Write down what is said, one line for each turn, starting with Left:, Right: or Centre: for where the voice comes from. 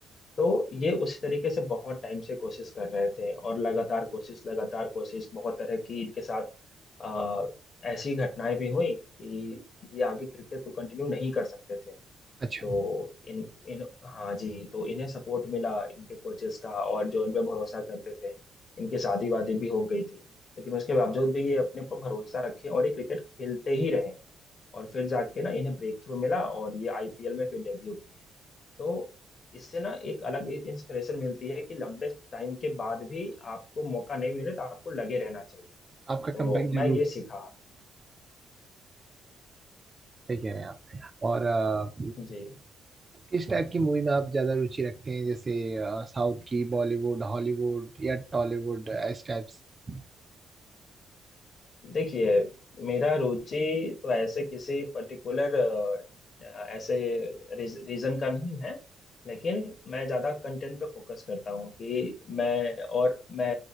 Left: तो ये उसी तरीके से बहुत टाइम से कोशिश कर रहे थे और लगातार कोशिश लगातार कोशिश बहुत तरह की इनके साथ आ, ऐसी घटनाएं भी हुई कि ये आगे क्रिकेट को कंटिन्यू नहीं कर सकते थे
Right: अच्छा
Left: तो इन इन हाँ जी तो इन्हें सपोर्ट मिला इनके कोचेस का और जो इन पे भरोसा करते थे इनकी शादी वादी भी हो गई थी लेकिन उसके बावजूद भी ये अपने पर भरोसा रखे और ये क्रिकेट खेलते ही रहे और फिर जाके ना इन्हें ब्रेक थ्रू मिला और ये आईपीएल में फिर डेब्यू किए तो इससे ना एक अलग इंस्पिरेशन मिलती है कि लंबे टाइम के बाद भी आपको मौका नहीं मिले तो आपको लगे रहना चाहिए
Right: आपका
Left: तो
Right: कमबैक जरूर
Left: मैं ये सीखा
Right: सही कह रहे हैं आप और अ,
Left: जी
Right: किस टाइप की मूवी में आप ज्यादा रुचि रखते हैं जैसे साउथ की बॉलीवुड हॉलीवुड या टॉलीवुड इस टाइप से
Left: देखिए मेरा रुचि तो ऐसे किसी पर्टिकुलर ऐसे रीजन का नहीं है लेकिन मैं ज़्यादा कंटेंट पे फोकस करता हूँ कि मैं और मैं